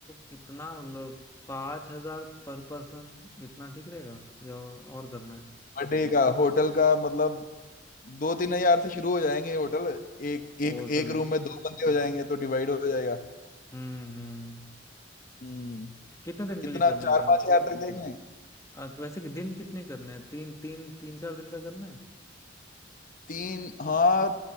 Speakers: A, on the left; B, on the left.
A: कितना मतलब पाँच हजार पर पर्सन इतना ठीक रहेगा या और करना है
B: पर डे का होटल का मतलब दो तीन हजार से शुरू हो जाएंगे ये होटल एक
A: होटल
B: एक एक
A: है
B: रूम
A: ना
B: में दो बंदे हो जाएंगे तो डिवाइड हो जाएगा
A: हम्म हम्म
B: हम्म
A: कितने दिन
B: कितना
A: के लिए करने
B: चार
A: का
B: पांच हजार तक देख लें
A: अ, वैसे कि दिन कितने करने हैं तीन तीन तीन चार दिन का करना है
B: तीन हाँ